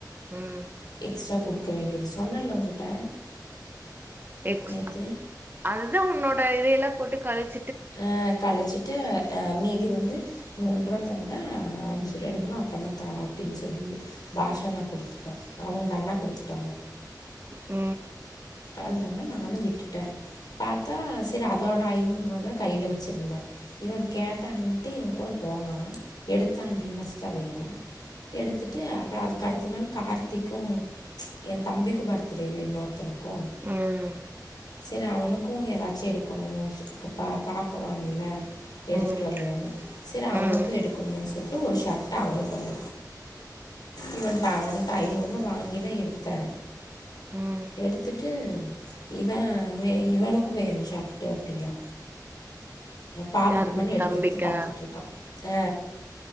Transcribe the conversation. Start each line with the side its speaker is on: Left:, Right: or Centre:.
Right: ம்
Left: எக்ஸ்ட்ரா கொடுக்க வேண்டியது சொன்னேன்ல உங்கிட்ட
Right: எக்ஸ்
Left: நேத்து
Right: அதுதா உன்னோட் ஆ இதையெல்லா போட்டு கழிச்
Left: ஆ கழச்சிட்டு அ மீதி வந்து மூன்றுரூவா தந்தே அஞ்சு ரெண்டுரூவா அப்புறமா த அப்டின்னு சொல்லி பாஷாண்ணா கொடுத்துட்டே அவங்க அண்ணா கொடுத்துட்டாங்க
Right: உ
Left: அதனால நானு விட்டுட்டே பாத்தா சரி அதோட ஐநூறுருபவா கையில வச்சுருந்தே இவ கேட்டான்னட்டு இவ கூட போனா எடுத்தான்டி ஃபர்ஸ்ட்டு <inaudible> தாண்ட எடுத்துட்டு அதுக்கு அடுத்த நாள் கார்த்திக்கு எ தம்பிக்குபர்த்டே இல்லை இன்னொருத்தனு போ
Right: ம்
Left: சரி அவனுக்கு ஏதாச்சு எடுக்கணு இப்ப பாக்கலால எடுத்துட்டு
Right: ம்
Left: வரலையானு சரி அவனுக்கு
Right: ம்
Left: எடுக்கணுமேனு சொல்லிட்டு ஒரு ஷர்ட்ட் அவனுக்கு ஒண்ண இவன்ட்ட அவனிட்ட ஐநூறு ரூபா வாங்கிதா எடுத்தே
Right: ம்
Left: எடுத்துட்டு இவ இவனுக்கு வேணு ஷர்ட்டு அப்டிங்கிறா பாக்கட்டுமானு
Right: யாரு
Left: எடுத்து
Right: தம்பிக்கா
Left: எடுத்து பாத்துட்டுருக்கா ஆ